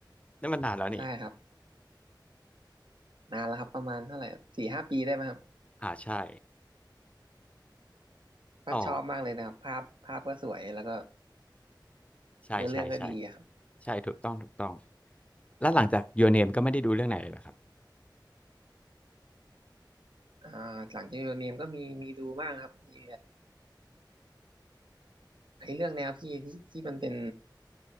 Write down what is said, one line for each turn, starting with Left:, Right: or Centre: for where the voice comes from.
Left: นั่นมันนานแล้วนี่
Right: ใช่ครับนานแล้วครับประมาณเท่าไหร่สี่ห้าปีได้ไหมครับ
Left: อ่าใช่
Right: ก็ชอบมากเลยนะครับภาพภาพก็สวยแล้วก็
Left: อ๋อใช่ใช่ใช่
Right: เนื้อเรื่องก็ดีอะครับ
Left: ใช่ถูกต้องถูกต้องแล้วหลังจาก Your Name ก็ไม่ได้ดูเรื่องไหนเลยเหรอครับ
Right: อ่าหลังจาก Your Name ก็มีมีดูบ้างครับมีไอ้เรื่องแนวพี่ที่ที่มันเป็น